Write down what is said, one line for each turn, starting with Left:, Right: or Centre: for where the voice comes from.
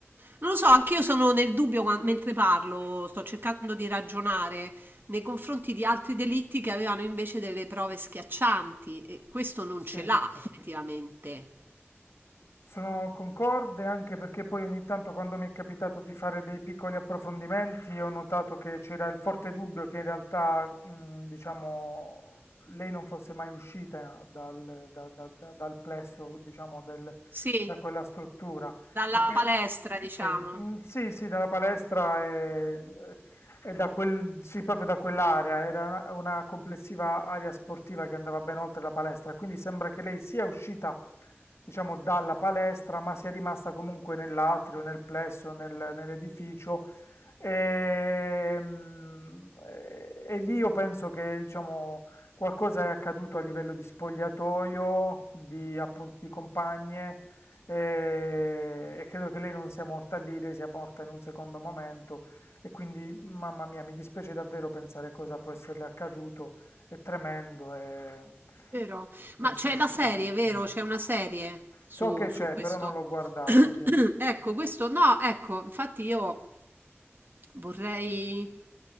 Right: Non lo so, anch'io sono nel dubbio quan- mentre parlo, sto cercando di ragionare nei confronti di altri delitti che avevano invece delle prove schiaccianti e questo non ce
Left: Sì.
Right: l'ha effettivamente.
Left: Sono concorde anche perché poi ogni tanto quando mi è capitato di fare dei piccoli approfondimenti ho notato che c'era il forte dubbio che in realtà, mh, diciamo, lei non fosse mai uscita dal, da- da- da- dal plesso, diciamo, del-
Right: Sì,
Left: da quella struttura.
Right: dalla
Left: Il che-
Right: palestra,
Left: sì,
Right: diciamo.
Left: mm, sì, sì, dalla palestra e, eh, e da quel, sì, proprio da quell'area, era una complessiva area sportiva che andava ben oltre la palestra, quindi sembra che lei sia uscita, diciamo, dalla palestra, ma sia rimasta comunque nell'atrio, nel plesso, nel- nell'edificio. E, mm, e- e lì io penso che, diciamo, qualcosa è accaduto a livello di spogliatoio, di, appunto, di compagne, e, e credo che lei non sia morta lì, lei sia morta in un secondo momento. E quindi, mamma mia, mi dispiace davvero pensare cosa può esserle accaduto. È tremendo, è
Right: Vero?
Left: è tristissimo.
Right: Ma c'è la serie, vero? C'è una serie su,
Left: So che c'è,
Right: su questo.
Left: però non l'ho guardata,
Right: <clears throat>
Left: sì.
Right: Ecco, questo no, ecco, infatti io vorrei,